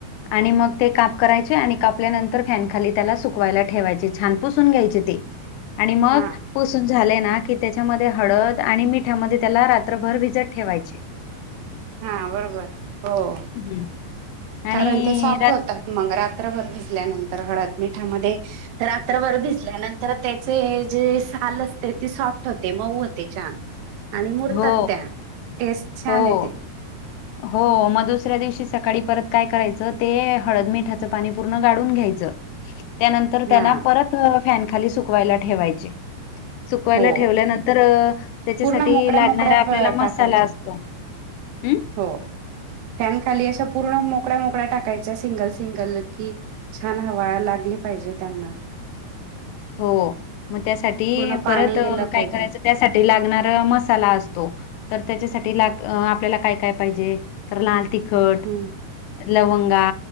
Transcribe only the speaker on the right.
हा
हा बरोबर हो,
कारण ते सॉफ्ट होतात मग रा रात्रभर भिजल्यानंतर हळद मिठामध्ये रात्रभर भिजल्यानंतर त्याचे जे साल असते, ती सॉफ्ट होते मऊ होते छान. आणि मुरतात
त्या, टेस्ट छान
येते.
हा
हो
पूर्ण मोकळ्या
मोकळ्या
टाकायचे
हो फॅन खाली अशा पूर्ण मो मोकड्या, मोकड्या टाकायच्या सिंगल, सिंगल कि छान हवा लागली पाहिजे त्यांना
पूर्ण पाणी
गेलं
पाहिजे
हम्म